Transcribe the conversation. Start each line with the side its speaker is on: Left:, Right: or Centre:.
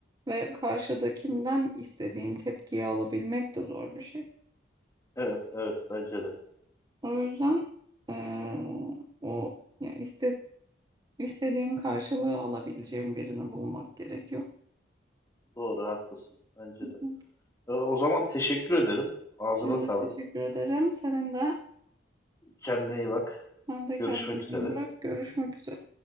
Right: ve karşıdakinden istediğin tepkiyi alabilmek de zor bir şey.
Left: Evet, evet bence de.
Right: O yüzden eee, o ya iste, istediğin karşılığı alabileceğin birini bulmak gerekiyor.
Left: Doğru, haklısın. Bence
Right: Hı
Left: de.
Right: hı.
Left: E, O zaman teşekkür ederim. Ağzına
Right: Ben
Left: sağlık.
Right: de teşekkür ederim. Senin de
Left: Kendine iyi bak.
Right: sen de
Left: Görüşmek
Right: kendine
Left: üzere.
Right: iyi bak. Görüşmek üzere.